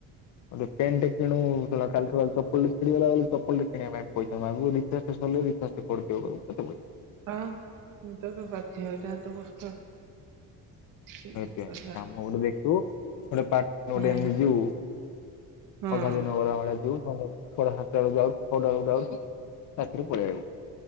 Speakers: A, on the left; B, on the right.
A: ଗୋଟେ ପେଣ୍ଟ କିଣୁବୁ କହିଲାରୁ। କାଲି ସକାଳେ ଚପଲଟେ ଛିଡ଼ିଗଲା ବଲେ ଚପଲଟେ କିଣିବା ପାଇଁ ପଇସା ମାଗିବୁ ରିଚାର୍ଜଟେ ସରିଲେ ରିଚାର୍ଜଟେ କରିିଦିଅ କହିବୁ କେତେ କହିବୁ।
B: ହଁ ଏଇଟା ତ ବାଧିବ। ଏଇଟା ତ କଷ୍ଟ।
A: <unintelligible>
B: ସେଇ
A: <unintelligible>
B: ସବୁ କଥା
A: ହଁ ଛଟା ସାତଟା
B: ହୁଁ
A: ବେଳକୁ ଯାଉ
B: ହଁ
A: ଛଅଟା ବେଳକୁ ଯାଉୁଛୁ ରାତିରେ ପଳେଇ ଆଇବୁ।